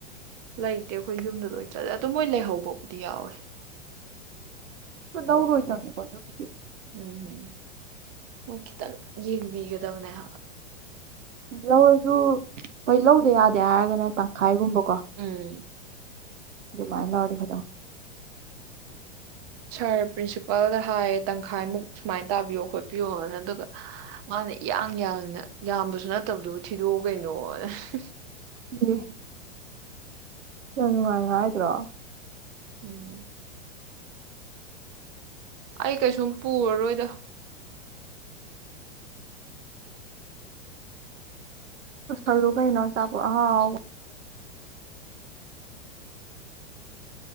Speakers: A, on the right; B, on the right.
A: ꯂꯩꯇꯦ ꯑꯩꯈꯣꯏ ꯌꯨꯝꯗ ꯂꯣꯏ ꯆꯠꯂꯦ ꯑꯗꯨ ꯃꯣꯏ ꯂꯩꯍꯧꯕꯕꯨꯗꯤ ꯌꯥꯎꯋꯦ
B: ꯎꯝ ꯂꯧꯔꯣꯏꯗꯝꯅꯤꯀꯣ ꯑꯗꯨꯒꯤꯗꯤ
A: ꯎꯝꯍꯝ ꯃꯣꯏ ꯈꯤꯇꯪ ꯌꯦꯡꯕꯤꯒꯗꯕꯅꯦ ꯍꯥꯏꯕ
B: ꯂꯧꯔꯁꯨ ꯍꯣꯏ ꯂꯧꯗ ꯌꯥꯗꯦ ꯍꯥꯏꯔꯒꯅ ꯇꯪꯈꯥꯏꯒꯨꯝꯕ
A: ꯎꯝ
B: ꯑꯗꯨꯃꯥꯏꯅ ꯂꯧꯔꯗꯤ ꯐꯗꯧꯅꯦ
A: ꯁꯥꯔ ꯄ꯭ꯔꯤꯟꯁꯤꯄꯥꯜꯗ ꯍꯥꯏꯌꯦ ꯇꯪꯈꯥꯏꯃꯨꯛ ꯁꯨꯃꯥꯏꯅ ꯇꯥꯕꯤꯌꯣ ꯈꯣꯠꯄꯤꯌꯣꯅ ꯑꯗꯨꯒ ꯃꯥꯅ ꯏꯌꯥꯡ ꯌꯥꯡꯅ ꯌꯥꯝꯕꯁꯨ ꯅꯠꯇꯕꯗꯨꯕꯨ ꯊꯤꯗꯣꯛꯑꯣ ꯀꯩꯅꯣꯅ ꯍꯨ ꯍꯨ
B: ꯎꯝ ꯌꯥꯝ ꯅꯨꯡꯉꯥꯏꯅ ꯍꯥꯏꯗ꯭ꯔꯣ
A: ꯎꯝ ꯑꯩ ꯀꯩꯁꯨꯝ ꯄꯨꯔꯔꯣꯏꯗ
B: ꯄꯨꯁꯜꯂꯨ ꯀꯩꯅꯣ ꯑꯆꯥ ꯑꯣ ꯑꯉꯥꯎꯕ
A: ꯎꯝ